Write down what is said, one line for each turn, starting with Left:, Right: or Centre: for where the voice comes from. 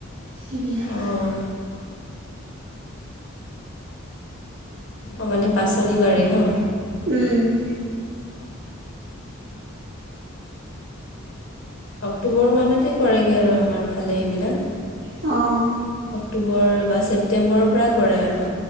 Right: সেইবিলাক
Left: অঁ অঁ মানে পাচলি বাৰী ন
Right: উম
Left: অক্টোবৰ মানতে কৰেগে আৰু আমাৰ ফালে এইবিলাক
Right: অ
Left: অক্টোবৰ বা ছেপ্টেম্বৰৰ পৰা কৰে আৰু